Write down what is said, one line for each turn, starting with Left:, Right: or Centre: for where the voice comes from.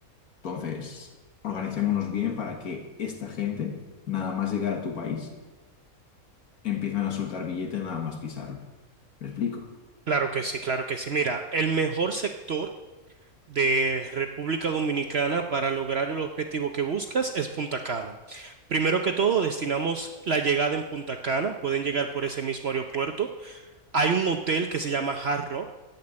Left: Entonces, organicémonos bien para que esta gente, nada más llegar a tu país, empiecen a soltar billetes nada más pisarlo. ¿Me explico?
Right: Claro que sí, claro que sí. Mira, el mejor sector de República Dominicana para lograr el objetivo que buscas es Punta Cana. Primero que todo, destinamos la llegada en Punta Cana. Pueden llegar por ese mismo aeropuerto. Hay un hotel que se llama Hard Rock.